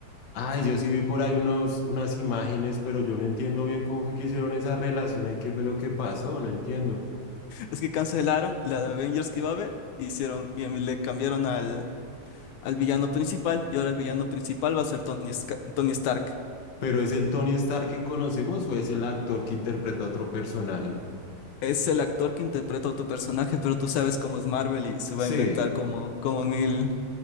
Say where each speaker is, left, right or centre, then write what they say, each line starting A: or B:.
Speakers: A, on the left; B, on the left.
A: Ay, yo sí vi por ahí unos, unas imágenes, pero yo no entiendo bien cómo fue que hicieron esa relación ahí, qué fue lo que pasó, no entiendo.
B: Es que cancelaron la de Avengers que iba a haber, hicieron, y le cambiaron al, al villano principal y ahora el villano principal va a ser Tony, Sca- Tony Stark.
A: ¿Pero es el Tony Stark que conocemos o es el actor que interpreta a otro personaje?
B: Es el actor que interpreta a otro personaje, pero tú sabes cómo es Marvel y se va
A: Sí.
B: a inventar como, como mil,